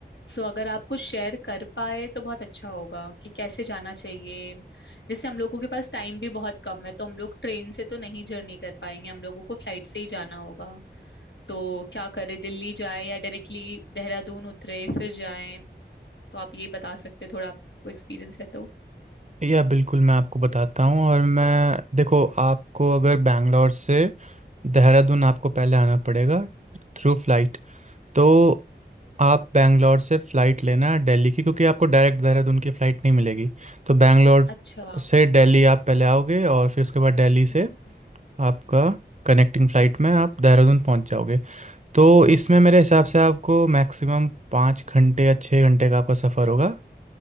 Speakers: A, on the left (about 75°); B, on the right (about 40°).
A: सो अगर आप कुछ शेयर कर पाए तो बहुत अच्छा होगा कि कैसे जाना चाहिए जैसे हम लोगों के पास टाइम भी बहुत कम है तो हम लोग ट्रेन से तो नहीं जर्नी कर पाएंगे हम लोगों को फ्लाइट से ही जाना होगा तो क्या करे दिल्ली जाए या डायरेक्टली देहरादून उतरे फिर जाए तो आप ये बता सकते हैं, थोड़ा आपको एक्सपीरियंस है तो
B: या बिल्कुल मैं आपको बताता हूँ और मैं देखो आपको अगर बैंगलोर से देहरादून आपको पहले आना पड़ेगा थ्रू फ्लाइट तो आप बैंगलोर से फ़्लाइट लेना है दिल्ली की क्योंकि आपको डायरेक्ट देहरादून की फ़्लाइट नहीं मिलेगी तो बैंगलोर
A: अच्छा
B: से दिल्ली आप पहले आओगे और फिर उसके बाद दिल्ली से
A: हम्म
B: आपका कनेक्टिंग फ़्लाइट में आप देहरादून पहुंच जाओगे तो
A: ओके
B: इसमें
A: ओके
B: मेरे हिसाब से आपको मैक्सिमम पाँच घंटे या छः घंटे का आपका सफ़र होगा